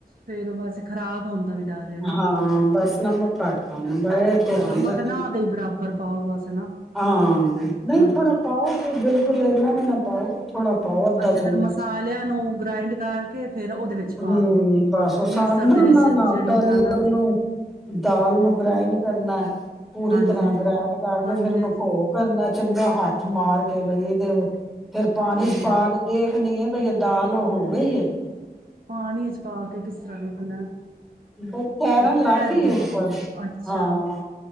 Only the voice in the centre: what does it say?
ਹਾਂ ਬਸ ਨਮਕ ਪਾ ਦੇਣਾ ਬ ਇਹ ਧਿਆਨ
ਰੱਖਣਾ।
ਹਾਂ ਨਹੀਂ
ਥੋੜਾ ਪਾਓ ਤੇ ਬਿਲਕੁਲ ਇੰਨਾ ਵੀ ਨਾ ਪਾਉ ਥੋੜਾ ਪਾਓ ਅੱਧਾ
ਚਮਚ
ਹਮ
ਬਸ
ਸਾਰੇ ਆ
ਨਾ-ਨਾ
ਪਹਿਲੇ
ਉਹਨੂੰ
ਦਾਲ ਨੂੰ ਗ੍ਰੈਂਡ ਕਰਨਾ ਪੂਰੀ
ਤਰ੍ਹਾਂ ਗ੍ਰੈਂਡ ਕਰਕੇ
ਫਿਰ ਨੂੰ ਕੋ ਕਰਨਾ ਚੰਗਾ ਹੱਥ ਮਾਰ ਕੇ ਬਈ ਇਹਦੇ ਫੇਰ ਪਾਣੀ
ਚ ਪਾ
ਕੇ ਦੇਖਣੀ ਏ ਭਈ ਦਾਲ ਹੋ ਗਈ ਏ।
ਬਈ ਤੈਰਨ
ਲੱਗ
ਈ ਉੱਪਰ
ਹਾਂ।